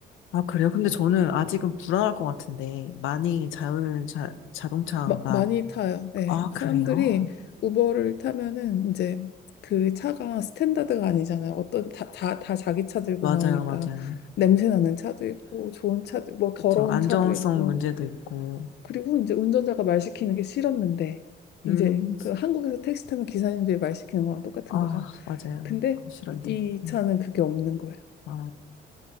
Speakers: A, on the left; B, on the left.
A: 아, 그래요? 근데 저는 아직은 불안할 것 같은데, 많이 자율 자, 자동차가,
B: 마, 많이 타요. 네.
A: 아,
B: 사람들이
A: 그래요?
B: 우버를 타면은 이제 그 차가 스탠다드가 아니잖아요. 어떤 다, 다, 다 자기 차 들고
A: 맞아요,
B: 나오니까
A: 맞아요.
B: 냄새 나는 차도 있고 좋은 차도 뭐
A: 그쵸.
B: 더러운
A: 안정성
B: 차도 있고
A: 문제도 있고,
B: 그리고 이제 운전자가 말 시키는 게 싫었는데
A: 음.
B: 이제 그 한국에서 택시 타면 기사님들이 말 시키는 거랑 똑같은
A: 아,
B: 거죠.
A: 맞아요.
B: 근데
A: 싫은데.
B: 이
A: 음,
B: 차는 그게 없는 거예요.
A: 아,